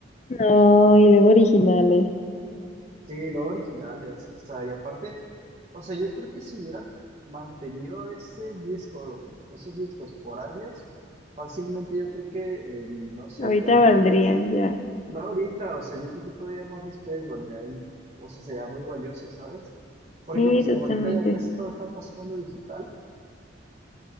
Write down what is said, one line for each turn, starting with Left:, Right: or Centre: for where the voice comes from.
Left: No, y luego originales.
Right: Sí, lo original es, o sea, y aparte, o sea, yo creo que si hubiera mantenido ese disco, esos discos por años, fácilmente yo creo que, eh, no sé,
Left: Ahorita
Right: ya en mi
Left: valdrían
Right: vejez
Left: ya.
Right: No ahorita, o sea, yo creo que todavía más después valdrían, o sea, sería muy valioso, ¿sabes? Porque
Left: Sí,
Right: pues
Left: totalmente.
Right: como ahorita ya casi todo está pasando digital,